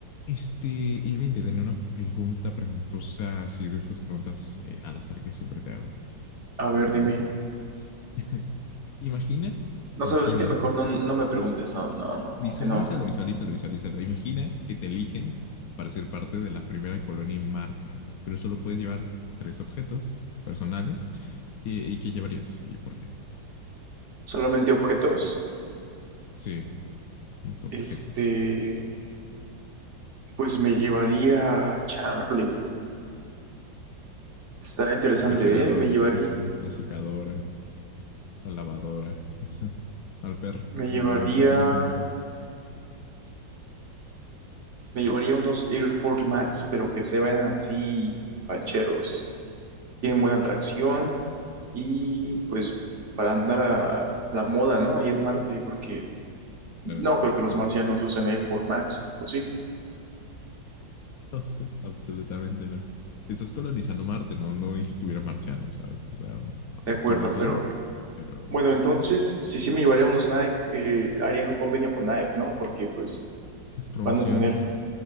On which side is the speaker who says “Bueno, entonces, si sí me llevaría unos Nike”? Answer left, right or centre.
Right